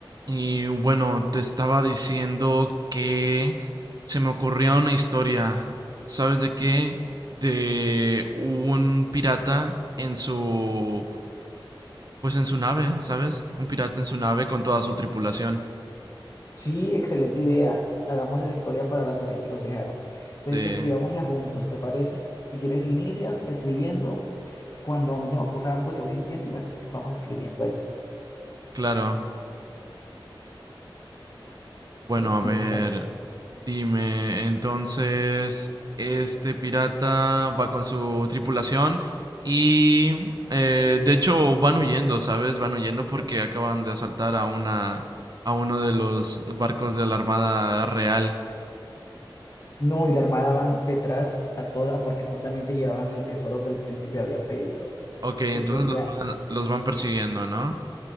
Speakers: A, on the right; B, on the left.
A: Y bueno, te estaba diciendo que se me ocurría una historia, ¿sabes de qué? De un pirata en su, pues en su nave, ¿sabes? Un pirata en su nave con toda su tripulación.
B: Sí, excelente idea. Hagamos esa historia para la tarea que nos dejaron. Entonces,
A: Sí,
B: escribámosla juntos, ¿te parece? Si quieres, inicias escribiendo. Cuando a mí se me ocurra algo, te voy diciendo y vas, es- vamos escribiendo ahí.
A: claro. Bueno,
B: Bueno, entonces
A: a ver,
B: dale.
A: dime, entonces, este pirata va con su tripulación y, eh, de hecho, van huyendo, ¿sabes? Van huyendo porque acaban de asaltar a una, a uno de los barcos de la Armada Real.
B: No, y la armada van detrás a toda porque justamente llevaban el tesoro que el príncipe había pedido,
A: Ok, entonces
B: que quería.
A: los van, los van persiguiendo, ¿no?